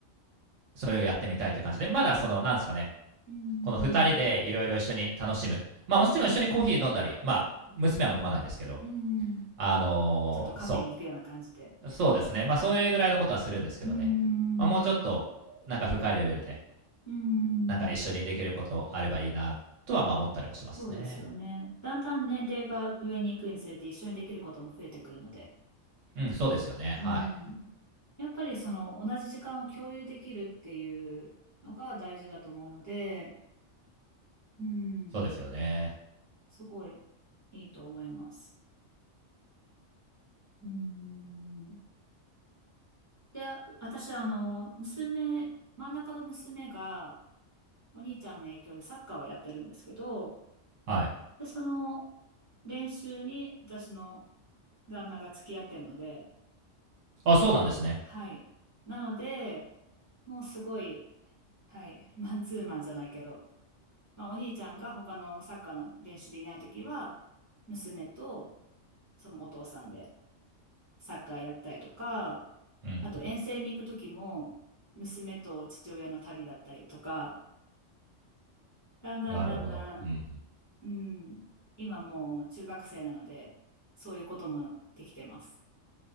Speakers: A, on the right; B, on the left.
A: それをやってみたいという感じで、まだその、なんですかね、
B: うーん。
A: この二人でいろいろ一緒に楽しむ。まあもちろん一緒にコーヒー飲んだり、
B: うーん。
A: まあ娘は飲まないですけど、
B: うーん。
A: あのーそ
B: ちょっとカフェに行くような感じで。
A: う。そうですね。まあそれぐらいのことはするんですけどね。
B: うーん。
A: まあもうちょっとなんか深いレベルで、
B: うーん。
A: なんか一緒にできることあればいいなとはまあ思ったりもしますね。
B: そうですよね。だんだん年齢が上に行くにつれて一緒にできることも増えてくるので。
A: うん、そうですよね。
B: うん。
A: はい。
B: やっぱりその同じ時間を共有できるっていうのが大事だと思うので、うん。
A: そうですよね。
B: すごいいいと思います。うん。で、私はあの、娘、真ん中の娘が、お兄ちゃんの影響でサッカーをやってるんですけど、
A: はい。
B: で、その練習に私の旦那が付き合ってるので、
A: あ、そうなんですね。
B: はい。なので、もうすごい、はい、マンツーマンじゃないけど、まあお兄ちゃんが他のサッカーの練習でいないときは、娘とそのお父さんでサッカーやったりとか、
A: うん、うん。
B: あと遠征に行くときも、娘と父親の旅だったりとか、だんだんだんだん
A: なるほど。うん、うん。
B: うん。今もう中学生なので、そういうこともできてます。